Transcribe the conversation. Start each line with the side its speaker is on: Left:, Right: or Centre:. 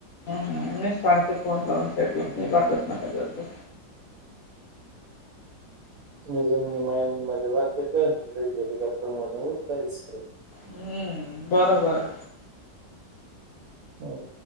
Left: हा मीच सांगत फोन लावूनसाठी
Right: हम्म.
Left: वाटत नका जाऊ
Right: <unintelligible>
Left: हम्म बरोबर.
Right: होय